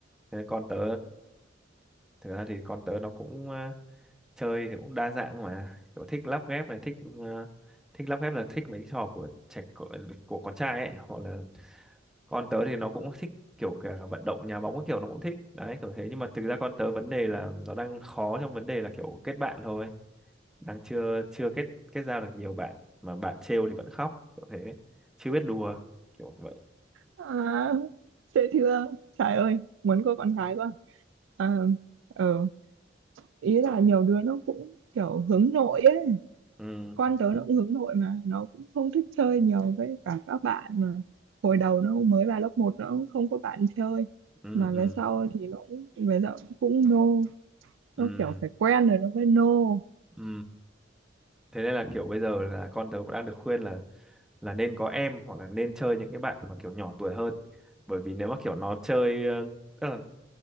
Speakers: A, in the centre; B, on the right (about 80°).
A: thế con tớ thực ra thì con tớ nó cũng ờ, chơi thì cũng đa dạng mà kiểu thích lắp ghép này thích ờ, thích lắp ghép là thích mấy cái trò của trẻ của, của con trai ấy hoặc là con tớ thì nó cũng thích kiểu cả vận động nhà bóng các kiểu nó cũng thích đấy kiểu thế nhưng mà thực ra con tớ vấn đề là nó đang khó trong vấn đề là kiểu kết bạn thôi đang chưa chưa kết kết giao được nhiều bạn mà bạn trêu thì vẫn khóc kiểu thế chưa biết đùa kiểu vậy
B: à, dễ thương trời ơi muốn có con gái quá à, ừ. ý là nhiều đứa nó cũng kiểu hướng nội ấy
A: ừ
B: con tớ nó cũng hướng nội mà nó cũng không thích chơi nhiều với cả các bạn mà hồi đầu nó mới vào lớp một nó cũng không có bạn chơi
A: ừ
B: mà
A: ừ
B: về sau thì nó cũng về sau cũng nô
A: ừ
B: nó kiểu phải quen rồi nó mới nô
A: ừ thế nên là kiểu bây giờ là con tớ cũng đang được khuyên là là nên có em hoặc là nên chơi những cái bạn mà kiểu nhỏ tuổi hơn bởi vì nếu mà kiểu nó chơi ờ, tức là